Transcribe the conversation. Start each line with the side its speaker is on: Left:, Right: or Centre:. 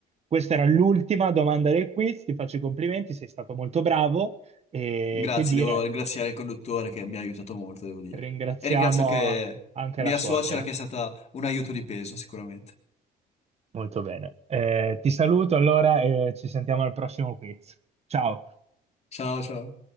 Right: questa era l'ultima domanda del quiz. Ti faccio i complimenti, sei stato molto bravo e
Left: Grazie,
Right: che dire,
Left: devo ringraziare il conduttore che mi ha aiutato molto, devo dire.
Right: ringraziamo
Left: E ringrazio anche
Right: anche
Left: mia
Right: la suocera.
Left: suocera che è stata un aiuto di peso, sicuramente.
Right: Molto bene. Eh, ti saluto allora e ci sentiamo al prossimo quiz. Ciao.
Left: Ciao, ciao.